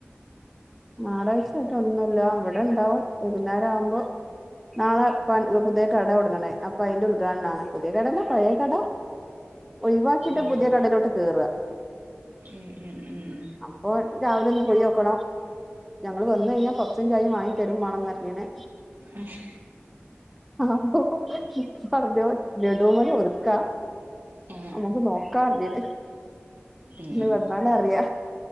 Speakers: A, in the centre; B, on the right.
A: ഞായാറാഴ്ച ക്കെ ഒന്നുല്ല. വടെ ണ്ടാവും. വൈകുന്നേരവുമ്പോ- നാളെ പാ പുതിയ കട തൊടങ്ങണ്. അപ്പൊ അയിന്റെ ഉദ്ഘാടനാണ്. പുതിയ കട അല്ല. പഴയ കട. ഒഴിവാക്കിട്ട
B: ആഹാ
A: പുതിയ കടലോട്ട് കേറ.
B: ഉം ഉം ഉം.
A: അപ്പോ രാവിലെന്ന്, പൊയോക്കണം. ഞങ്ങള് വന്നെഴിഞ്ഞാ പഫ്സും ചായും വാങ്ങിതരും മാണന്നർഞ്ഞിക്ക്ണ്.
B: എഹ്.
A: ആപ്പൊ പറഞ്ഞോ ലഡൂ മല് ഒതുക്കാ.
B: ഉം
A: ഞങ്ങ്ക്ക് നോക്കാർഞ്ഞീന്ന്.
B: ഉം
A: ഞി വന്നാ. ന്നാലറ്വ.